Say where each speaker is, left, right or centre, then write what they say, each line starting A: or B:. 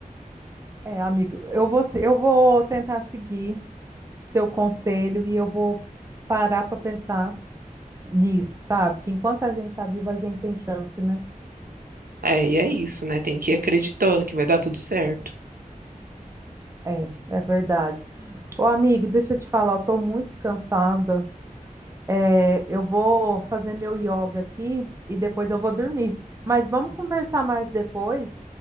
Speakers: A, on the right; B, on the right.
A: É, amigo, eu vou, se- eu vou tentar seguir seu conselho e eu vou parar para pensar nisso, sabe? Que enquanto a gente está vivo, a gente tem chance, né?
B: É, e é isso, né? Tem que ir acreditando que vai dar tudo certo.
A: É, é verdade. Ô, amigo, deixa eu te falar, eu tô muito cansada. É, eu vou fazer meu yoga aqui e depois eu vou dormir. Mas vamos conversar mais depois?